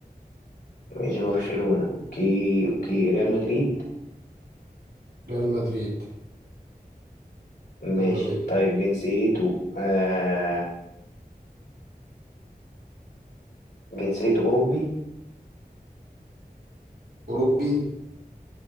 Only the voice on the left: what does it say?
مش برشلونة اوكي اوكي ريال مدريد
ماشي
طيب جنسيته آه جنسيته اوروبي